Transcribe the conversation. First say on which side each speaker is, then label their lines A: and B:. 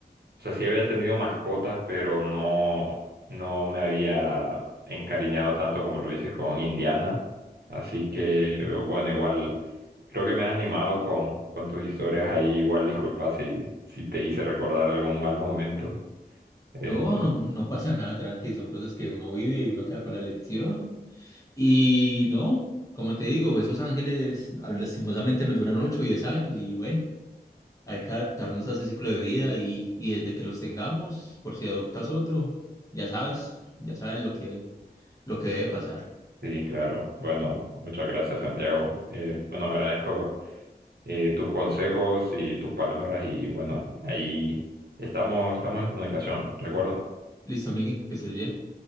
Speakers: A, on the right; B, on the left.
A: o sea, sí había tenido mascotas, pero no, no me había encariñado tanto como lo hice con Indiana. Así que, bueno, igual, creo que me has animado con, con tus historias ahí. Igual, disculpa si, si te hice recordar algún mal momento. Eh,
B: No, no, no pasa nada, tranqui, son cosas que uno vive y uno queda con la lección. Y no, como te digo, esos ángeles ah, lastimosamente nos duran 8 o 10 años y bueno, hay que adaptarnos a ese ciclo de vida y, y desde que los tengamos, por si adoptas otro, ya sabes, ya sabes lo que, lo que debe pasar.
A: Sí, claro. Bueno, muchas gracias, Santiago. Eh, bueno, agradezco eh, tus consejos y tus palabras y bueno, ahí estamos, estamos en comunicación, ¿de acuerdo?
B: Listo, Miguel, que estés bien.